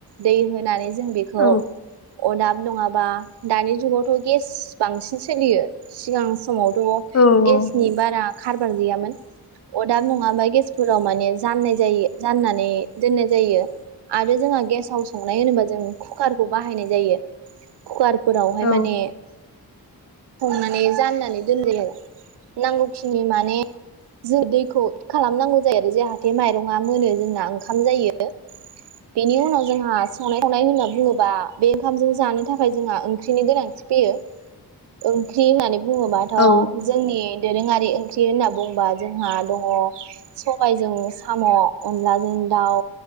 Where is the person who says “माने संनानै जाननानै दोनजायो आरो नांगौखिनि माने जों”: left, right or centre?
Right